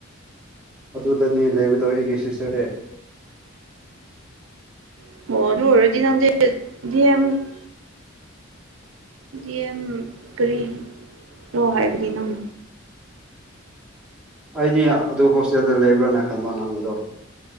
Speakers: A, in the centre; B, on the right.
A: ꯑꯗꯨꯗꯅꯤ ꯂꯩꯕꯗꯧ ꯑꯩꯒꯤ ꯁꯤꯁꯇꯔꯗꯤ
B: ꯍ ꯅ ꯗꯤ ꯑꯦꯝ ꯀꯔꯤ ꯂꯣ ꯍꯥꯏꯕꯒꯤ ꯅꯪ
A: ꯑꯩꯗꯤ ꯑꯗꯨ ꯍꯣꯁꯇꯦꯜꯗ ꯂꯩꯕ꯭ꯔꯥꯅ ꯈꯟꯕ ꯅꯪꯕꯗꯧ